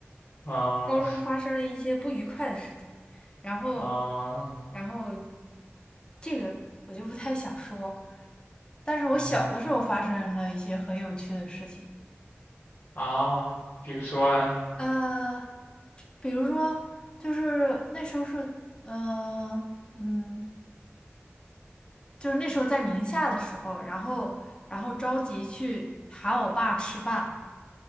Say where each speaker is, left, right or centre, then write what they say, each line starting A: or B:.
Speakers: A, on the left; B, on the left.
A: 嗯
B: 高中发生了一些不愉快的事情，然后，
A: 啊
B: 然后，这个我就不太想说，但是我小的时候发生了一些很有趣的事情，
A: 嗯啊，比如说呢？
B: 呃，比如说，就是那时候是，呃，嗯，就是那时候在宁夏的时候，然后然后着急去喊我爸吃饭，